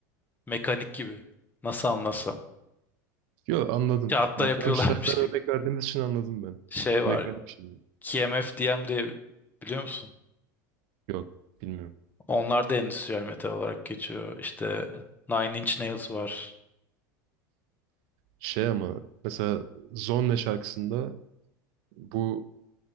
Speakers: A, on the left (about 15°); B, on the right (about 60°).
A: Mekanik gibi. Nasıl anlasam?
B: Yok anladım.
A: Kağıtta
B: Bak
A: yapıyorlarmış
B: Rammstein'den
A: gibi.
B: örnek verdiğiniz için anladım ben.
A: Şey var.
B: Mekanik şimdi.
A: KMF DM diye biliyor musun?
B: Yok bilmiyorum.
A: Onlar da endüstriyel metal olarak geçiyor. İşte Nine Inch Nails var.
B: Şey ama mesela Zonne şarkısında bu